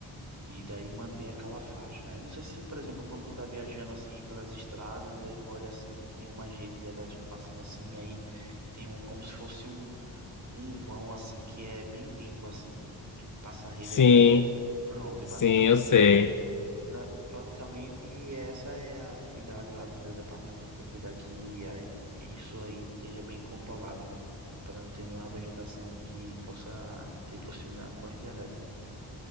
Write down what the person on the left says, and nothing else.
Sim,
sim,
eu sei.